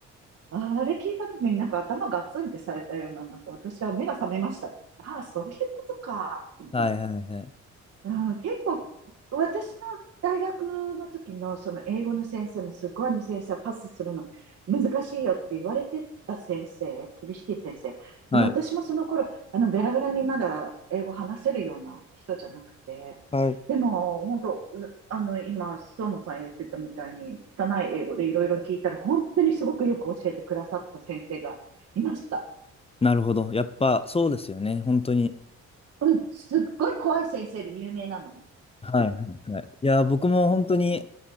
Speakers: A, on the right (about 55°); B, on the left (about 20°).
A: ああれ聞いた時になんか頭ガツンってされたような、なんか私は目が覚めましたね。ああ、そういうことか、と思って。
B: はい、はい、はい。
A: うん、結構、私の大学の時のその英語の先生もすっごいあの先生はパスするの難しいよって言われてた先生、厳しい先生。
B: はい。
A: でも私もその頃、あのベラベラにまだ英語話せるような人じゃなくて、
B: はい
A: でも本当、あの今、相馬さん言ってたみたいに、拙い英語でいろいろ聞いたら、本当にすごくよく教えてくださった先生がいました。
B: なるほど。やっぱそうですよね。本当に。
A: うん、すっごい怖い先生で有名なのに。
B: はいはいはい。いや、僕も本当に、